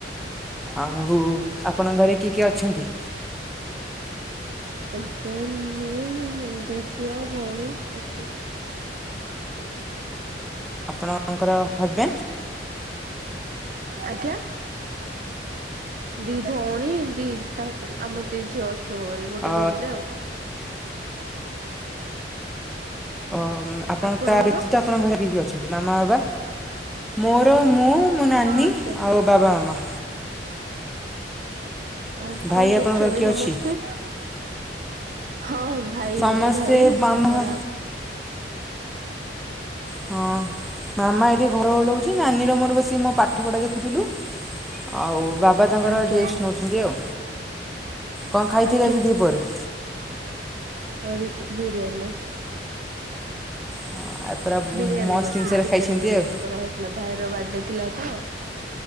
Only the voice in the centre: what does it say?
ଆ ହଉ ଆପଣଙ୍କ ଘରେ କିଏ କିଏ ଅଛନ୍ତି?
ଆପଣଙ୍କର ହଜବେଣ୍ଡ?
ଅ
ଓ ଆପଣ
ତା ବ୍ୟତୀତ ଆପଣଙ୍କ ଘରେ କିଏ କିଏ ଅଛନ୍ତି ମାମା ବାବା ମୋର ମୁଁ ମୋ ନାନୀ
ଆଉ ବାବା ମାମା।
ଭାଇ
ଆପଣଙ୍କର କିଏ
ଅଛି?
ସମସ୍ତେ
ମାମା
ହଁ ହଁ ମାମା ଏଠି ଘର ଓଳଉଛି ନାନୀ ର ମୋର ବସିକି ମୋ ପାଠ ପଢା ଦେଖୁଥିଲୁ। ଆଉ ବାବା ତାଙ୍କର
ରେଷ୍ଟ ନଉଛନ୍ତି ଆଉ। କଣ ଖାଇଥିଲି
ଆଜି ଦି ପହରେ?
ହଁ ଆ ପୁରା
ମସ୍ତ
ଜିନିଷଟା
ଖାଇଛନ୍ତି
ଆଉ।